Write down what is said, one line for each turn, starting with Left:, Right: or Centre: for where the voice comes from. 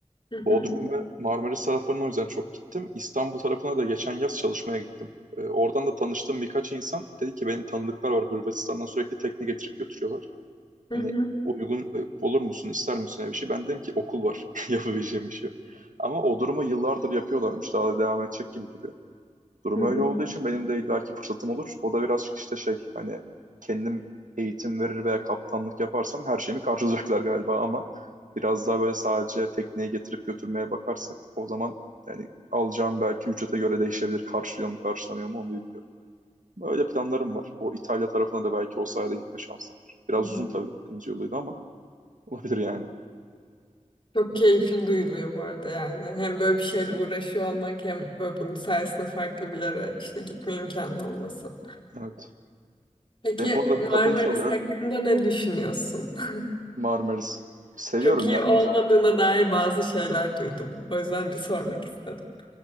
Left: hı
Right: Bodrum
Left: hı,
Right: ve Marmaris taraflarına o yüzden çok gittim. İstanbul tarafına da geçen yaz çalışmaya gittim. E, oradan da tanıştığım birkaç insan dedi ki benim tanıdıklar var Hırvatistan'dan sürekli tekne getirip götürüyorlar.
Left: hı
Right: Hani
Left: hı,
Right: uygun e, olur musun, ister misin öyle bir şey? Ben dedim ki okul var <laughs> yapabileceğim bir şey. yok. Ama o durumu yıllardır yapıyorlarmış. Daha da devam edecek gibi duruyor. Durum
Left: hı
Right: öyle
Left: hı,
Right: olduğu için benim de illaki fırsatım olur. O da birazcık işte şey hani kendim eğitim verir veya kaptanlık yaparsam her şeyimi karşılayacaklar galiba ama biraz daha böyle sadece tekneyi getirip götürmeye bakarsak o zaman yani alacağım belki ücrete göre değişebilir. Karşılıyor mu karşılamıyor mu onu bilmiyorum. Öyle planlarım var. O İtalya tarafına da belki o sayede gitme şansım var. Biraz
Left: hı hı.
Right: uzun tabii deniz yoluydu ama olabilir yani.
Left: Çok keyifli duyuluyor bu arada yani. Hem böyle bir şeyle uğraşıyor olmak hem böyle bunun sayesinde farklı bir yere işte gitme imkanı olması.
Right: Evet.
Left: Peki
Right: Benim bu arada
Left: Marmaris
Right: bir kapım çalıyor.
Left: hakkında ne düşünüyorsun? <laughs>
Right: Marmaris. Seviyorum
Left: Çok iyi
Right: ya
Left: olmadığına
Right: güzel.
Left: dair bazı şeyler duydum. O yüzden bir sormak istedim.